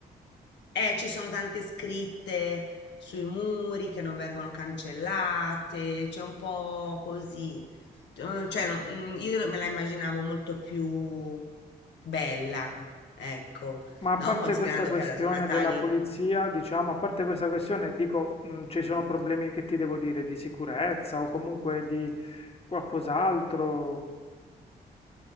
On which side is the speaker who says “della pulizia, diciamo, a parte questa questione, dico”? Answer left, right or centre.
Left